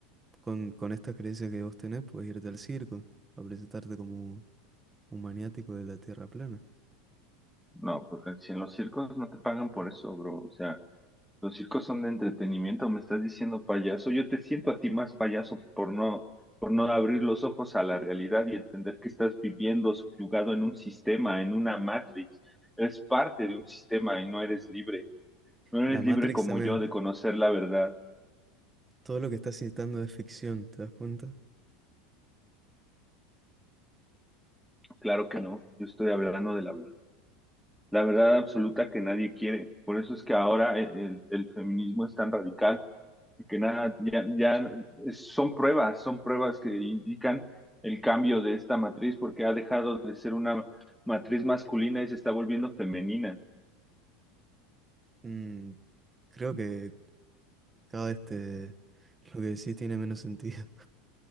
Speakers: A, on the right (about 20°); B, in the centre.
A: Con, con estas creencias que vos tenés puedes irte al circo a presentarte como un maniático de la Tierra plana.
B: No, porque si en los circos no te pagan por eso, bro. O sea, los circos son de entretenimiento, me estás diciendo payaso. Yo te siento a ti más payaso por no, por no abrir los ojos a la realidad y entender que estás viviendo subyugado en un sistema, en una matrix. Eres parte de un sistema y no eres libre. No eres
A: La Matrix
B: libre como
A: también.
B: yo de conocer la verdad.
A: Todo lo que estás citando es ficción, ¿te das cuenta?
B: Claro que no, yo estoy hablando de la verdad. La verdad absoluta que nadie quiere. Por eso es que ahora el, el el feminismo es tan radical porque nada, ya, ya es- son pruebas, son pruebas que indican el cambio de esta matriz porque ha dejado de ser una matriz masculina y se está volviendo femenina.
A: Mm, Creo que cada este lo que decís tiene menos sentido,